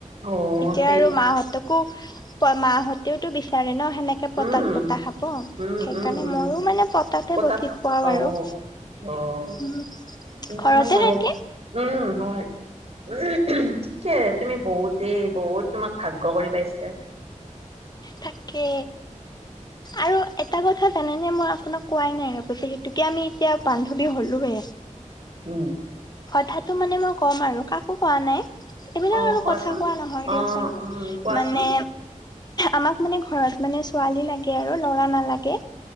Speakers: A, on the right; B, on the left.
A: অ
B: এতিয়া
A: সেই
B: আৰু মাহঁতকো মাহঁতেওতো বিচাৰে ন। সেনেকে পটাত
A: উম
B: বতাহ খাব,
A: উম
B: সেইকাৰণে
A: উম উম
B: ময়ো মানে পতাতে
A: পতাত
B: বতি খুৱাওঁ
A: অ
B: আৰু।
A: অ'
B: উম
A: ইমান
B: ঘৰতে
A: মানে
B: থাকে
A: উম হয়। <unintelligible> ঠিকে তুমি বহুতেই বহুত তোমাক ভাগ্য কৰি পাইছা।
B: থাকে আৰু এটা কথা। তেনে মই আপোনাক কোৱাই নাই ৰব যে সেইতোকে আমি এতিয়া বান্ধৱী হ'লোহে।
A: উম
B: কথাটো মানে মই ক'ম আৰু কাকো কোৱা নাই। এইবিলাক
A: অ
B: আৰু
A: কোৱাচোন
B: কথা কোৱা নহয়
A: অ
B: দিয়চোন
A: উম কোৱাচোন
B: মানে। আমাক মানে ঘৰত মানে ছোৱালী লাগে আৰু ল'ৰা নালাগে।